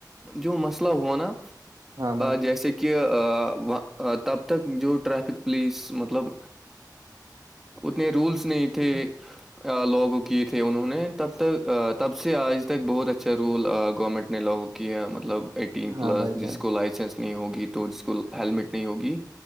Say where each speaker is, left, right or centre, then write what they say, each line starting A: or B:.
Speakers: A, in the centre; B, on the right.
A: جو مسئلہ ہو نا
B: ہاں
A: جیسے کہ کہ تب تک جو ٹریفک پولیس مطلب اتنے رولس نہیں تھے
B: ج <inaudible>
A: لوگو کیے تھے انہوں نے تب تک تب سے آج تک بہت اچھا رول گورنمنٹ نے لوگوں کیا مطلب ایٹین
B: ہاں
A: پلس
B: بھائی جان
A: جس کو لائسنس نہیں ہوگی تو جس کو ہیلمٹ نہیں ہوگی